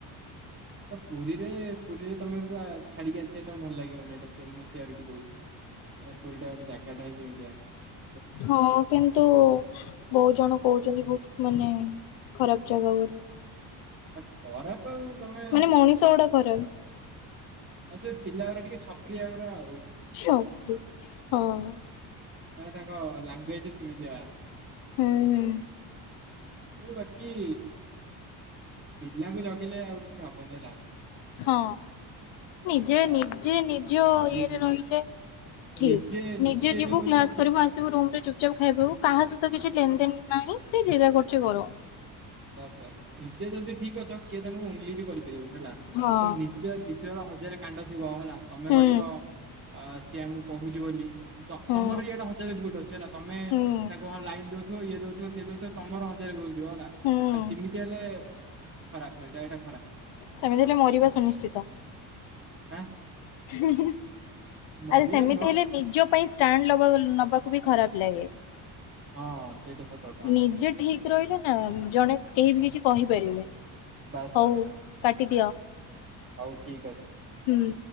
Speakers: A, on the right; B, on the left.
A: ତ ପୁରୀରେ ପୁରୀରେ ତମେକା ଛାଡିକି ଆସିବା ତମେ ଭଲ ଲାଗିବନି ଏଇଟା ସେ ମୁଁ ସିଆରିଟି ଦୋଉଛି । ପୁରୀ ଟା ଗୋଟେ ଜାଗାଟା ସେମିତିଆ ।
B: ହଁ କିନ୍ତୁ ବହୁତ ଜଣ କହୁଛନ୍ତି ବହୁତ ମାନେ ଖରାପ ଜାଗା ବୋଲି
A: ଏ ଖରାପ ଆଉ ତମେ
B: ମାନେ ମଣିଷ ଗୋଡା ଖରାପ।
A: ଆଉ ସେ ପିଲା ଗରା ଟିକେ ଛପରିିଆ ଗରା ଆଉ ।
B: ଛପ୍ରି ହଁ ।
A: ଏରା ତାଙ୍କ ଲାଙ୍ଗୁଏଜେ ସେମିତିଆ।
B: ହୁଁ ହୁଁ।
A: ମୁଁ ରକି ପିଲାଙ୍କୁ ଜଗିଲେ ଆଉ କିଛି ହବନି ହେଲା।
B: ହଁ ନିଜେ
A: ସେଇଟା
B: ନିଜେ ନିଜ
A: ନି
B: ଇଏରେ ରହିଲେ ଠିକ୍
A: ନିଜେ
B: ନିଜେ ଯିବୁ
A: ଯୋଉ ପର୍ଯ୍ୟନ୍ତ
B: କ୍ଲାସ
A: ଠିକ
B: କରିବୁ ଆସିବୁ ରୁମରେ ଚୁପଚାପ୍ ଖାଇବୁ କାହା ସହିତ କିଛି ଲେନଦେନ୍ ନାହିଁ ସିଏ ଯିଏ ଯାହା କରୁଚି କରୁ।
A: ବାସ ବାସ୍ ନିଜେ ଯଦି ଠିକଅଛ କିଏ ତମକୁ ଉଙ୍ଗଲି ବି କରିପାରିବନି ହେଲା
B: ହଁ
A: ଆଉ ନିଜେ ନି ଜର ହଜାରେ କାଣ୍ଡ ଥିବ ହେଲା ତମେ
B: ହୁଁ
A: କହିବ ଅ-ସିଏ ଆମକୁ କୋହୁଚି ବୋଲି ତ
B: ହୁଁ
A: ତମର ଇଆଡେ ହଜାରେ ଭୁଲ ଅଛି ହେଲା ତମେ
B: ହୁଁ
A: ତାକୁ ହଁ ଲାଇନ ଦୋଉ ଥୁବ ଇଏ ଦୋଉଥୁବ ସିଏ ଦୋଉଥୁବ ତମର ହଜାରେ ଭୁଲ ଥିବ ହେଲା
B: ହୁଁ।
A: ଆ ସେମିତି ହେଲେ ଖରାପ ଏଇଟା ଏଟା
B: ସେମିତି ହେଲେ ମରିବ ସୁନିଶ୍ଚିତ।
A: ଆଁ?
B: ହୁଁ ହୁଁ
A: ମରିବା
B: ଆରେ ସେମିତି
A: ନୁହଁ
B: ହେଲେ ନିଜ ପାଇଁ ଷ୍ଟାଣ୍ଡ ଲବ-ନବା କୁ ବି ଖରାପ ଲାଗେ
A: ହଁ ସେଇଟା ସତ କଥା
B: ନିଜେ ଠିକ ରହିଲେ ନା ଜଣେ କେହି ବି କିଛି କହିପାରିବେନି
A: ବାସ୍
B: ହୋଉ କାଟିଦିଅ।
A: ହୋଉ ଠିକ୍ ଅଛି।
B: ହୁଁ।